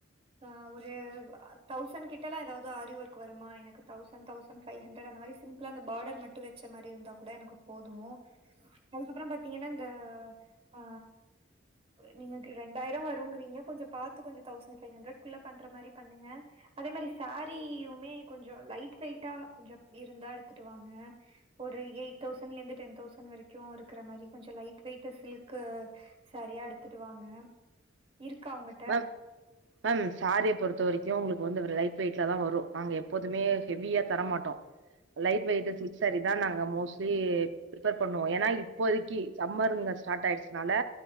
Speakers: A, on the right (about 30°); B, on the right (about 65°).
A: ஆ ஒரு தௌசண்ட் கிட்டல்லா எதாவுது அரி ஒர்க் வருமா எனக்கு தௌசண் தௌசண் ஃபைவ் ஹண்டர் அந்த மாரி சிம்புளா அந்த பாடர் மட்டு வச்ச மாரி இருந்தா கூட எனக்கு போது அதுக்கப்றம் பாத் திங்கன இந்த ஆ நீங்க கு ரெண்டாயிர வருங்குறீங்க கொஞ்ச பாத்து கொஞ்ச தௌசண்ட் ஃபைவ் ஹண்ட்ரட குள்ள பண்ற மாரி பண்ணுங்க அதே மரி சாரீயுமே கொஞ்ச லைட் வெயிட்டா கொஞ்ச இருந்தா எடுத்துட்டு வாங்க ஒரு எயிட் தௌசண்ட்லேந்து டென் தௌசண்ட் வரக்கு இருக்குற மரி கொஞ்ச லைட் வெயிட்ட சில்க்கு சாரீயா எடுத்துட்டு வாங்க இருக்கா உங்கட்ட
B: மேம் மேம் சாரிய பொறுத்த வரிக்கு உங்களுக்கு வந்து ஒரு லைட் வெயிட்ல தா வரு நாங்க எப்போதுமே ஹெவியா தரமாட்டோ லைட் வெயிட்டு சில்க் சாரிதா நாங்க மோஸ்ட்லி பிர்ப்பேர் பண்ணுவோ ஏன்னா இப்போதிக் கி சம்மர் இங்க ஸ்டார்ட் ஆயிட்ச்சுனால